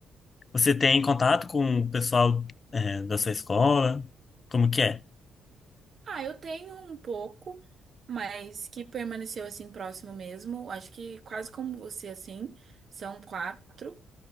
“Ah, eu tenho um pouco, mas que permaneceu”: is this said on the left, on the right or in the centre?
Right